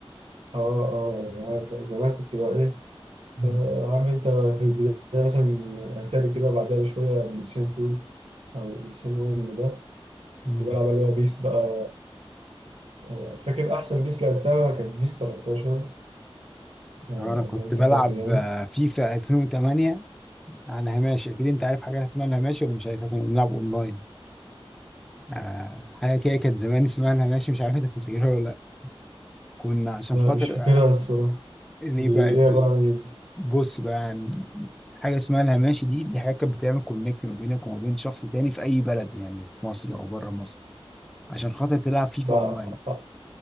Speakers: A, on the right (about 80°); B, in the centre.
A: آه آه عارف- زمان كنت بقى إيه آه، عارف أنت في البداية مثلا أتاري كده بعدها بشوية بلاي ستيشن 2 أو بلاي ستيشن 1 ده
B: مم.
A: كنت بلعب اللي هو بيس بقى آه، فاكر أحسن بيس لعبتها كانت بيس 13 آه،
B: انا كنت
A: لو أنت
B: بلعب
A: فاكر يعني
B: آه، فيفا 2008 عن هاماشي اكيد انت عارف حاجه اسمها الهاماشي ولا مش عارف كنا بنلعب اونلاين آه، حاجه كده كانت زمان اسمها الهاماشي مش عارف انت بتفتكرها ولا لا كنا عشان
A: لا
B: خاطر
A: مش فاكرها الصراحة
B: اللي
A: دي
B: بقى
A: إيه عبارة عن إيه؟
B: بص بقى حاجه اسمها الهاماشي دي دي حاجه كانت بتعمل كونكت ما بينك وما بين شخص تاني في اي بلد يعني في مصر او بره مصر عشان خاطر تلعب فيفا
A: ده
B: اونلاين